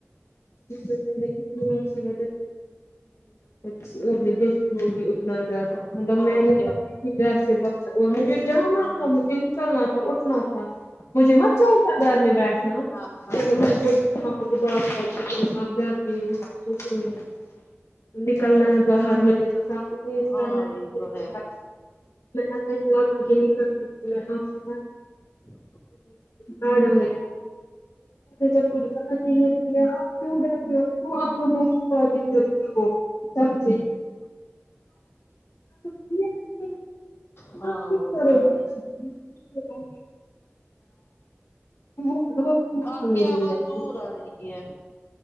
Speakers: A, on the left; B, on the left.
A: عق کسی اور نے گی اتنا زیادہ مطلب
B: اور
A: میں نکلتی
B: کیا
A: تھی گھر سے باہر اور مجھے جانا
B: ہاں
A: تھا مجھے چلنا تھا اٹھنا تھا مجھے مت چلتا گھر میں بیٹھنا
B: ہاں ہاں
A: تو کو بات کر آپ گھر گیی کو کوئی نکلنا
B: ہاں
A: ہے باہر میں پہ تو شام کو پھر
B: ہاں
A: کرنا ہے
B: یہ تو
A: میں الگ آگے نہیں کر دیتی ہ
B: ہاں
A: میڈم نے جب کچھ گا کیوں رہتے ہو کی اپنا م پی کرتی ہو سبی کیا ہی نہیں،
B: ہاں
A: آپ کیوں
B: وہ
A: کرو
B: بات
A: گے
B: ٹو
A: وہ
B: آپ
A: میری
B: کی آواز
A: لائف
B: دور
A: میں
B: آ رہی ہے